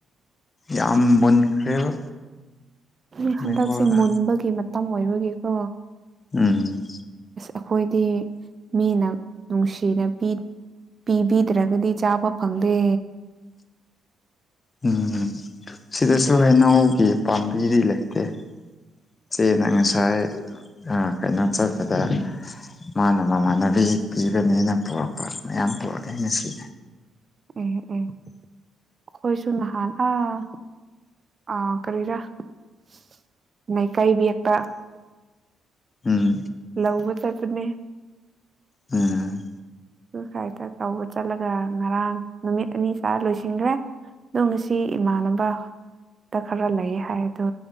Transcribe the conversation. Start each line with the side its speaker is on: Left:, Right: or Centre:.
Left: ꯌꯥꯝ ꯃꯨꯟꯈ꯭ꯔꯦꯕ
Right: ꯃꯤ ꯍꯟꯗꯛꯁꯦ
Left: ꯃꯦꯡꯒꯣꯗꯣ
Right: ꯃꯨꯟꯕꯒꯤ ꯃꯇꯝ ꯑꯣꯏꯕꯒꯤꯀꯣ
Left: ꯎꯝ
Right: ꯑꯈꯣꯏꯗꯤ ꯃꯤꯅ ꯅꯨꯡꯁꯤꯅ ꯄꯤ ꯄꯤꯕꯤꯗ꯭ꯔꯒꯗꯤ ꯆꯥꯕ ꯐꯪꯗꯦ
Left: ꯎꯝ ꯁꯤꯗꯁꯨ
Right: ꯑꯣ
Left: ꯍꯩꯅꯧꯒꯤ ꯄꯥꯝꯕꯤꯗꯤ ꯂꯩ ꯇꯦ ꯏꯆꯦꯅ ꯉꯁꯥꯏ ꯑꯥ ꯀꯩꯅꯣ ꯆꯠꯄꯗ ꯃꯥꯅ ꯃꯃꯥꯟꯅꯕꯤ ꯄꯤꯕꯅꯦꯅ ꯄꯨꯔꯛꯄ ꯃꯌꯥꯝ ꯄꯨꯔꯛꯑꯦ ꯉꯁꯤ
Right: ꯎꯝ ꯎꯝ ꯑꯈꯣꯏꯁꯨ ꯅꯍꯥꯟ ꯑꯥ ꯑꯥ ꯀꯔꯤꯔꯥ <unintelligible> ꯀꯩꯕꯤꯌꯦꯛꯇ
Left: ꯎꯝ
Right: ꯂꯧꯕ ꯆꯠꯄꯅꯦ
Left: ꯎꯝ
Right: ꯑꯗꯨ ꯁꯥꯏꯗ ꯇꯧꯕ ꯆꯠꯂꯒ ꯉꯔꯥꯡ ꯅꯨꯃꯤꯠ ꯑꯅꯤ ꯆꯥ ꯂꯣꯏꯁꯤꯟꯒ꯭ꯔꯦ ꯑꯗꯣ ꯉꯁꯤ ꯏꯃꯥꯟꯅꯕ ꯗ ꯈꯔ ꯂꯩꯌꯦ ꯍꯥꯏꯑꯦ ꯑꯗꯣ